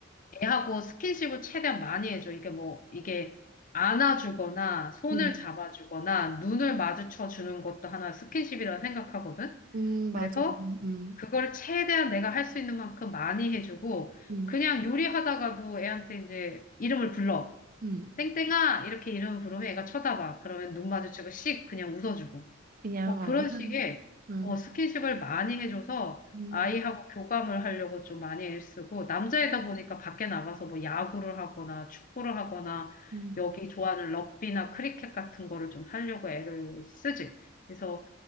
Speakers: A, on the left; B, on the right.
A: 애하고 스킨십을 최대한 많이 해줘. 이게 뭐, 이게 안아주거나 손을
B: 음.
A: 잡아주거나 눈을 마주쳐 주는 것도 하나 스킨십이라 생각하거든?
B: 음, 맞아.
A: 그래서
B: 음,
A: 그걸 최대한 내가 할 수 있는 만큼 많이 해주고
B: 음,
A: 그냥 요리하다가도 애한테 이제 이름을 불러.
B: 음.
A: 땡땡아 이렇게 이름을 부르면 애가 쳐다봐. 그러면 눈 마주치고 씩 그냥 웃어주고.
B: 그냥,
A: 뭐 그런
B: 어. <laughs>
A: 식의
B: 음,
A: 어, 스킨십을 많이 해줘서
B: 음,
A: 아이하고 교감을 하려고 좀 많이 애쓰고 남자이다 보니까 밖에 나가서 뭐 야구를 하거나 축구를 하거나
B: 음,
A: 여기 좋아하는 럭비나 크리켓 같은 거를 좀 하려고 애를 쓰지. 그래서